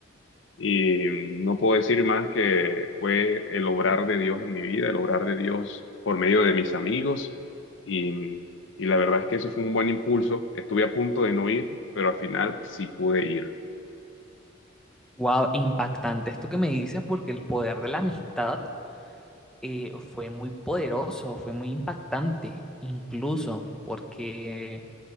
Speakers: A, on the left (about 65°); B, in the centre.
A: y no puedo decir más que fue el obrar de Dios en mi vida, el obrar de Dios por medio de mis amigos. Y, y la verdad es que eso fue un buen impulso. Estuve a punto de no ir, pero al final sí pude ir.
B: Wow, impactante esto que me dices porque el poder de la amistad eh, fue muy poderoso, fue muy impactante, incluso porque